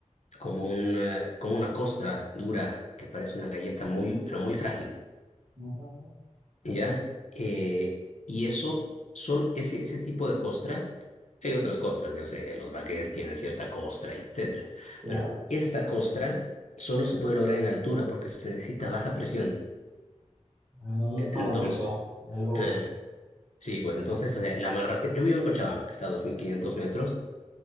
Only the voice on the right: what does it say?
Ah,
claro,
es un
pan
único, es algo
único.